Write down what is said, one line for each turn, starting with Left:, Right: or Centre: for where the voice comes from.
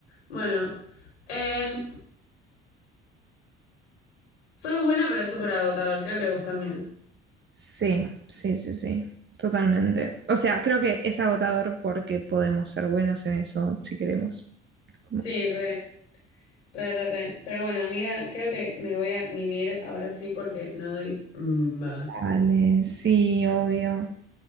Left: Bueno, eh, soy buena pero súper agotador, creo que vos también.
Right: sí, sí, sí, sí, totalmente. O sea, creo que es agotador porque podemos ser buenas en eso si queremos. Como,
Left: Sí, re, re, re, re. Pero bueno, amiga, creo que me voy a mimir ahora sí porque no doy más.
Right: dale, sí, obvio.